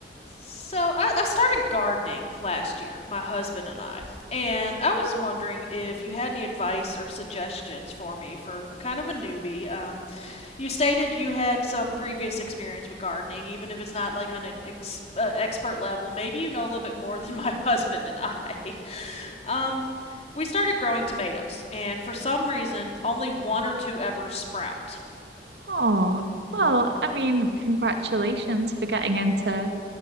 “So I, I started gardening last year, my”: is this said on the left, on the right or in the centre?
Left